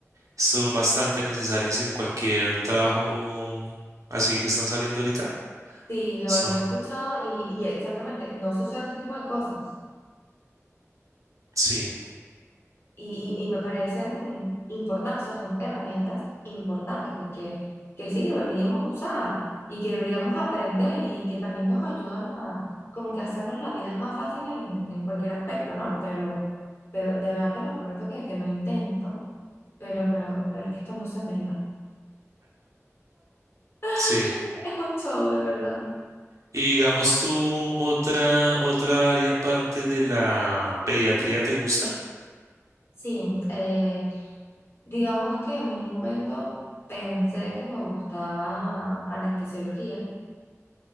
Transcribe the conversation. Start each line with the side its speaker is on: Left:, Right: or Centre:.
Right: son bastante necesarias en cualquier trabajo así que están saliendo ahorita.
Left: Sí, lo,
Right: Son,
Left: lo he escuchado y, y exactamente, no se usa ese tipo de cosas.
Right: sí,
Left: Y, y, y me parecen importantes, o sea, son herramientas importantes que, que, que sí deberíamos usar y que deberíamos aprender y que también nos ayudan a como que hacernos la vida más fácil en, en cualquier aspecto, ¿no? Pero, pero de verdad te lo prometo que, que lo intento, pero, pero, pero es que esto no se me da.
Right: sí.
Left: <laughs> Es un show, de verdad.
Right: Y digamos tú, otra, otra área aparte de la pediatría, ¿te gusta?
Left: Sí, eh, digamos que en un momento pensé que me gustaba anestesiología